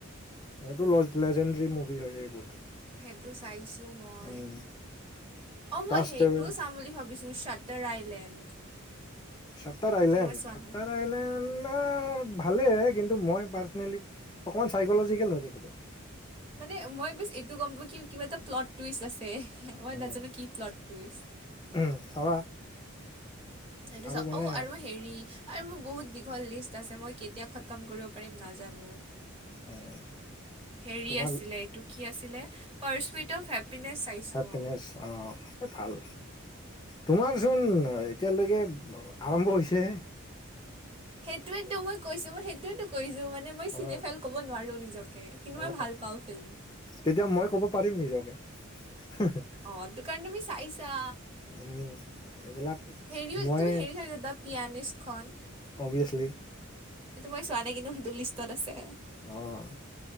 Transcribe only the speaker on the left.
সেইটো লজ লেজেণ্ডৰী মুভি হয় এইবোৰতো।
উম,
কাষ্ট
এৱে
চাটাৰ আইলেণ্ড
চাটাৰ
আইলেণ্ড আ ভালেইে, কিন্তু মই পাৰ্চনেলি অকণমান চাইকলজিকেল হৈ গৈছিলোঁ।
উম
উম, চাবা।
আৰু
মানে
উম।
তোমাৰ
হেপিনেছ
অ', এ ভাল। তোমাৰচোন এতিয়ালৈকে আৰম্ভ হৈছেহে।
অ
অ
তেতিয়া মই কব পাৰিম নিজকে। <inaudible>
উম এইবিলাক
মই
অ'ভিয়াছলি।
অ',